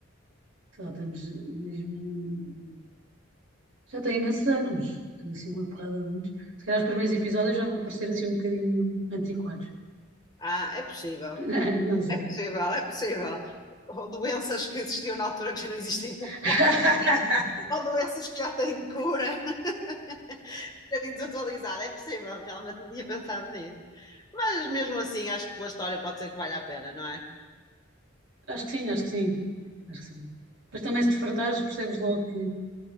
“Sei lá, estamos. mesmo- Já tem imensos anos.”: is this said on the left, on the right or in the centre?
Right